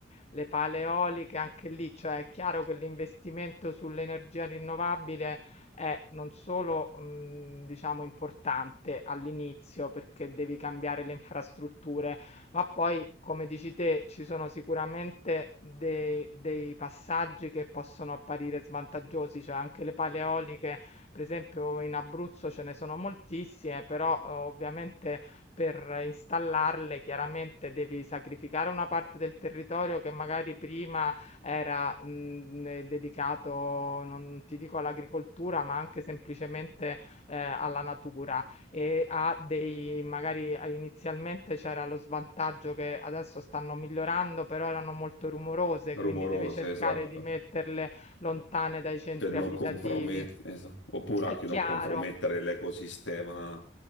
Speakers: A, on the left (about 35°); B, on the left (about 80°).
A: le pale eoliche, anche lì, cioè è chiaro che l'investimento sull'energia rinnovabile è non solo, mh, diciamo, importante all'inizio perché devi cambiare le infrastrutture, ma poi, come dici te, ci sono sicuramente dei, dei passaggi che possono apparire svantaggiosi, cioè anche le pale eoliche, per esempio in Abruzzo ce ne sono moltissime, però eh, ovviamente per installarle chiaramente devi sacrificare una parte del territorio che magari prima era mh, eh, dedicato, non ti dico all'agricoltura, ma anche semplicemente eh, alla natura e ha dei magari a- inizialmente c'era lo svantaggio che adesso stanno migliorando, però erano molto rumorose,
B: Rumorose,
A: quindi devi cercare
B: esatto,
A: di metterle lontane dai centri
B: per non
A: abitativi.
B: compromettere, esatto. oppure
A: È
B: anche
A: chiaro,
B: non compromettere l'ecosistema,